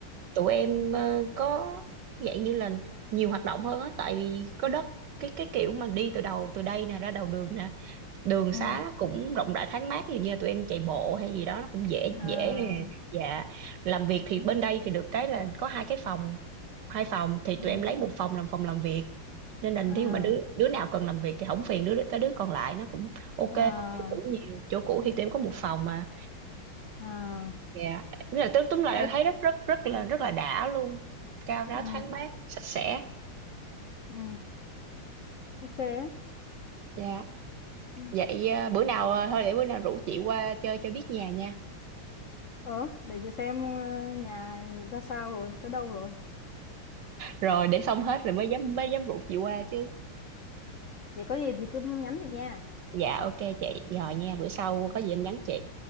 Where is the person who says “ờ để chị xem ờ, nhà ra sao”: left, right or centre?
Left